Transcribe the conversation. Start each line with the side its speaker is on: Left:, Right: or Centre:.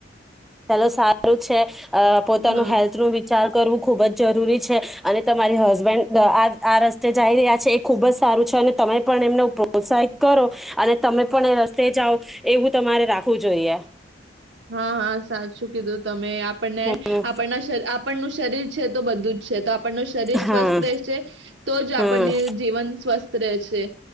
Centre: ચલો સારું છે. અ પોતાનું
Right: હા.
Centre: હેલ્થનું વિચાર કરવું ખૂબ જ જરૂરી છે અને તમારી હસબન્ડ આ આ રસ્તે જઈ રહ્યા છે એ ખુબ જ સારું છે અને તમે પણ એમને પ્રોત્સાહિત કરો અને તમે પણ એ રસ્તે જાઓ એવું તમારે રાખવું જોઈએ.
Right: હા હા સાચું કીધું તમે આપ આપણને
Centre: હમ
Right: આપણના શર આપણનું શરીર છે તો બધું જ છે તો આપણ ન શરીર સ્વસ્થ
Centre: હા
Right: રહેશે તો જ
Centre: હમ
Right: આપણને જીવન સ્વસ્થ રહેશે.